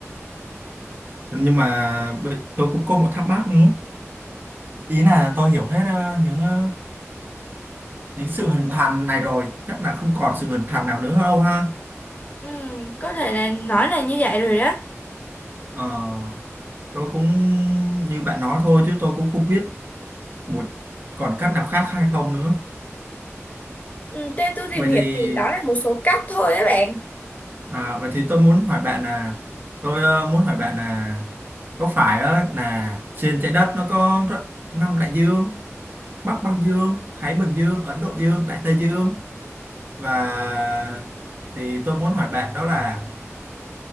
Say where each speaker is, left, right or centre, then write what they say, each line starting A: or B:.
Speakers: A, on the right; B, on the left.
A: Nhưng mà bây- tôi cũng có một thắc mắc nữa. Ý là tôi hiểu hết ờ, những ờ, những sự hình thành này rồi, chắc là không còn sự hình thành nào nữa đâu ha.
B: Ừ, có thể là nói là như vậy rồi đó.
A: Ờ, tôi cũng như bạn nói thôi chứ tôi cũng không biết một còn cách nào khác hay không nữa.
B: Ừ, Theo tôi tìm
A: Vậy
B: hiểu
A: thì
B: thì đó là một số cách thôi á bạn.
A: à, vậy thì tôi muốn hỏi bạn là tôi ờ, muốn hỏi bạn là có phải ờ, là trên trái đất nó có rất- năm đại dương Bắc Băng Dương, Thái Bình Dương, Ấn Độ Dương, Đại Tây Dương và thì tôi muốn hỏi bạn đó là